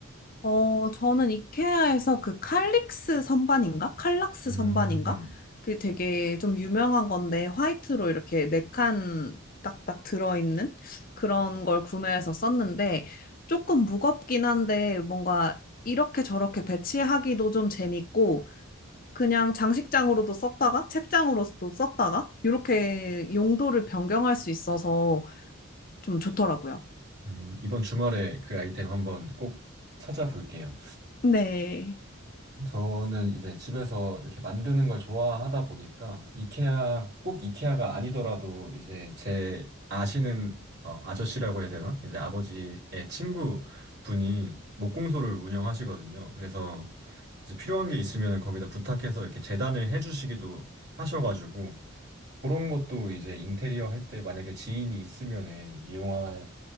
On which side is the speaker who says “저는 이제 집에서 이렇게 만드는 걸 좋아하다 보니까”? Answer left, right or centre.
Right